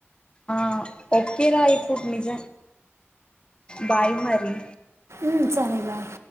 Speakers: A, on the left (about 20°); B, on the right (about 85°).
A: ఆ ఓకేరా ఇప్పుడు నిజ బాయ్ మరి
B: ఉమ్ సరే బాయ్